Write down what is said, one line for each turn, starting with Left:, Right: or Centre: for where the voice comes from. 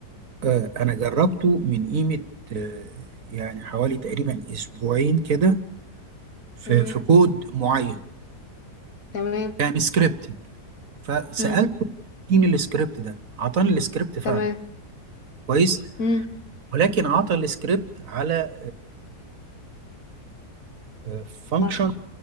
Right: آه، انا جربته من قيمة آه، يعني حوالي تقريبا اسبوعين كده في
Left: إمم،
Right: في كود معين
Left: تمام،
Right: كان سكريبتنج فسألته
Left: إمم،
Right: اديني السكريبت ده عطاني السكريبت فعلا
Left: تمام،
Right: كويس
Left: إمم.
Right: ولكن عطى السكريبت على فانكشن
Left: مرحب.